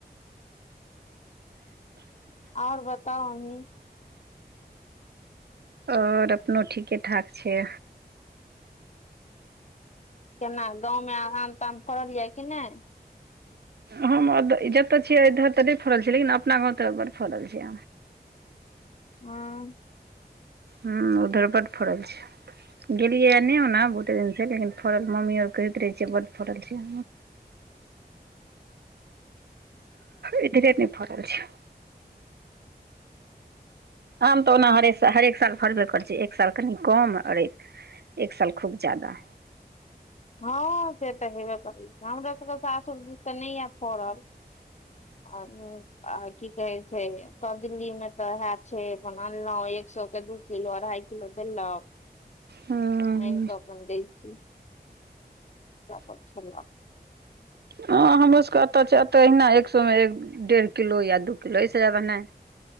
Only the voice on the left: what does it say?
आओर बताउ अही?
केना गाँवमे आराम ताम करल यऽ कि नहि?
हँ
हँ से तऽ हेबे करै हमरा सबके सासु दिस तऽ नहि या फड़ल, आओर <unintelligible> आ की कहे छै अदली मे तऽ हए छै अपन अनलहु एक सए के दू, किलो अढ़ाइ किलो देलक
तऽ आनि कऽ अपन दैलखिन, अपन खेलोन <unintelligible>